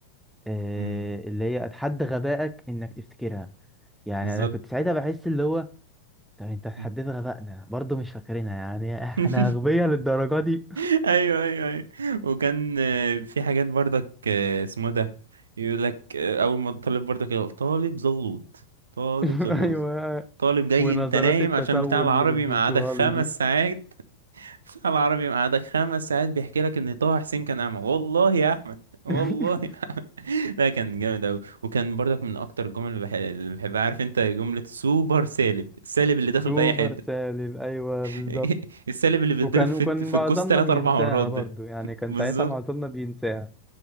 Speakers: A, in the centre; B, on the right.
A: آه،
B: امم
A: اللي هي اتحدى غبائك انك تفتكرها يعني
B: بالظبط
A: انا كنت ساعتها بحس اللي هو طب انت اتحديت
B: مم.
A: غبائنا برضه مش فاكرينها يعني احنا
B: <laughs>
A: اغبياء للدرجه دي
B: ايوه ايوه ايوه وكان آه، في حاجات برضك آه، اسمه ده يقول لك آه، اول ما الطالب برضك يقول طالب زلوط طالب
A: <laughs>
B: زلوط
A: ايوه
B: طالب جاي
A: ونظرات
B: انت نايم
A: التسول
B: عشان بتاع العربي
A: اللي بتبصوها
B: مقعدك خمس
A: لي دي
B: ساعات <laughs> بتاع العربي مقعدك خمس ساعات بيحكي لك ان طه حسين كان اعمى والله يا احمد والله
A: <laughs>
B: يا احمد <laughs> لا كان جامد اوي وكان برضك من اكتر الجمل اللي بح- اللي بحبها عارف انت جملة سوبر سالب السالب اللي داخل
A: سوبر
B: في اي حتة
A: سالم ايوه بالظبط
B: <laughs> السالب اللي بيتضرب
A: وكان
B: في
A: وكان
B: الت- في
A: معظمنا
B: الكوس تلات
A: بينساها
B: اربع مرات ده
A: برضو يعني كان
B: بالظبط
A: ساعتها معظمنا بينساها